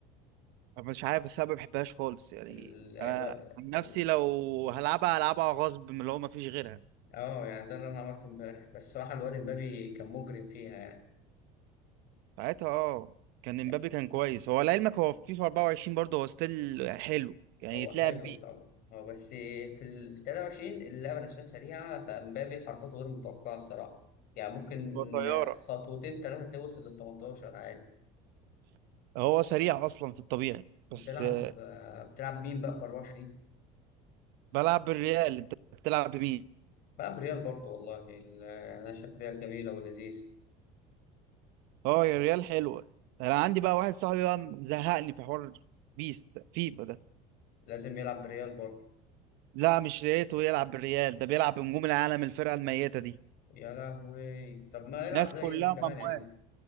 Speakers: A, on the right (about 70°); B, on the left (about 60°).
A: أنا مش عارف بس انا ما بحبهاش خالص يعني
B: ال... الو...
A: انا عن نفسي
B: ال...
A: لو هلعبها هلعبها غصب من اللي هو ما فيش غيرها
B: اه يعني ده اللي أنا عملته امبارح بس الصراحة الواد امبابي كان مجرم فيها يعني
A: ساعتها اه كان
B: يعني
A: امبابي كان كويس هو لعلمك هو في فيفا 24 برضه هو ستيل حلو يعني
B: هو
A: يتلعب
B: حلو
A: بيه
B: طبعا هو بس في ال في 23 اللعبة نفسها سريعة فامبابي حركاته غير متوقعة الصراحة يعني ممكن
A: هو طيارة
B: خطوتين ثلاثة تلاقيه وصل لل 18 عادي
A: هو سريع اصلا في الطبيعي
B: بتلعب
A: بس آه،
B: آه، بتلعب مين بقى في 24
A: بلعب بالريال انت بتلعب بمين
B: بلعب ريال برضه والله ال- انا شايف ريال جميله ولذيذ
A: اه يا الريال حلوة انا عندي بقى واحد صاحبي بقى مزهقني في حوار بيست فيفا ده
B: لازم يلعب ريال برضه
A: لا مش ريته يلعب بالريال ده بيلعب بنجوم العالم الفرقة الميتة دي
B: يا لهوي طب ما يلعب
A: ناس
B: زي
A: كلها
B: انت كمان
A: مموات
B: يا عم